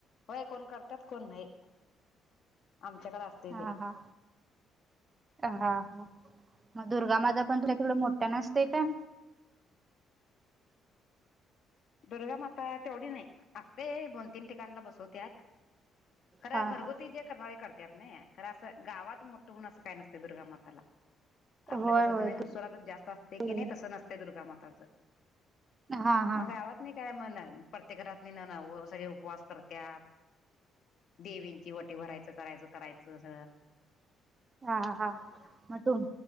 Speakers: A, on the left (about 65°); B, on the right (about 35°).
A: होय कोण करतात कोण नाही आमच्याकडे असत तेे
B: हा हा हा हा मग दुर्गा माझा पण थोड्या वड मोठ्या नसते का
A: दुर्गा माता तेवढी नाही असते दोन तीन ठिकाला बसवतत खरं
B: हा
A: घरगुती
B: हा
A: जे करणारे करतात ना कारर असं गावात मोठं म्हून असं काय नसत दुर्गामाताला आपलं
B: होय
A: कसं
B: होय
A: गणेश जास्त असते
B: दुर्गा
A: की नाही तस नसते दुर्गामाताच
B: हा हा
A: मग काय म्हण प्रत्येक घरात नाही ना ना सगळे उपवास करतात देवींची वटी भरायचं करायचं करायचं अस
B: हा हा हा मग तुम